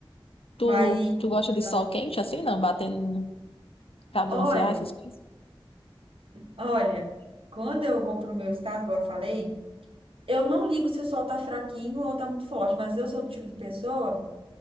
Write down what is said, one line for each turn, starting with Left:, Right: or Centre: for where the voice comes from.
Left: Tu,
Right: Mas
Left: tu gosta de sol
Right: Ah,
Left: quente assim, não? Batendo pra bronzear,
Right: Olha,
Left: essas coisas?
Right: olha, quando eu vou para o meu estado, igual eu falei, eu não ligo se o sol tá fraquinho ou tá muito forte, mas eu sou do tipo de pessoa.